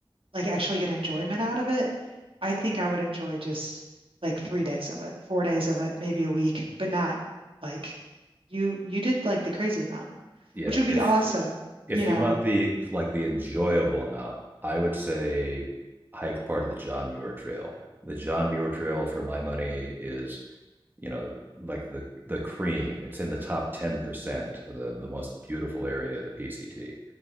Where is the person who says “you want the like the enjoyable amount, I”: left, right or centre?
Right